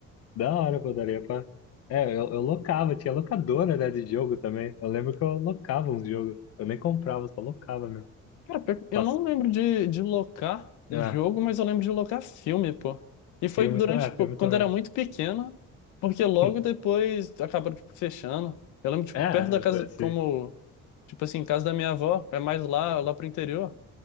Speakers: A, on the left; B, on the left.
A: Da hora, pô, daria pra. É, eu, eu locava, tinha locadora, né, de jogo também. Eu lembro que eu locava uns jogos. Eu nem comprava, só locava mesmo.
B: Cara, pior que eu
A: Pass...
B: não lembro de, de locar jogo,
A: Ah,
B: mas eu lembro de locar filme, pô. E
A: filme,
B: foi durante,
A: ta-
B: tipo,
A: é, filme
B: quando
A: também.
B: era muito pequeno, porque logo
A: <laughs>
B: depois acabaram, tipo, fechando. Eu lembro, tipo,
A: É, é,
B: perto da casa,
A: é, sim.
B: como, tipo assim, casa da minha avó, é mais lá, lá pro interior.